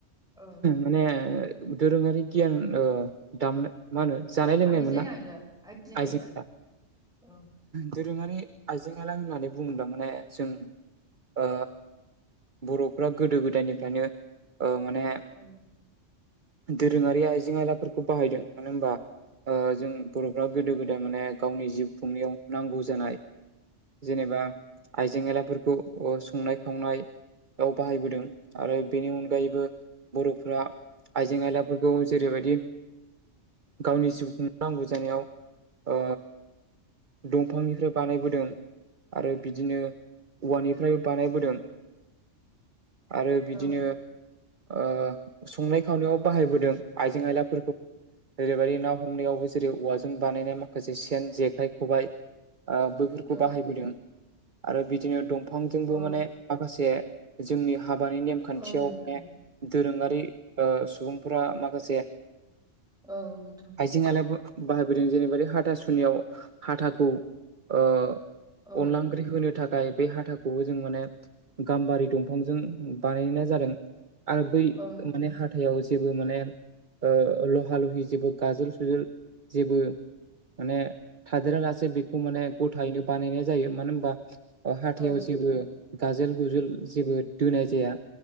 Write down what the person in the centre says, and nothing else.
औ
आइजें
आइला आइजें
आइला औ
<inaudible>
औ
औ
औ
औ नोंथां
औ नोंथां।
औ
औ नोंथां
औ नोंथां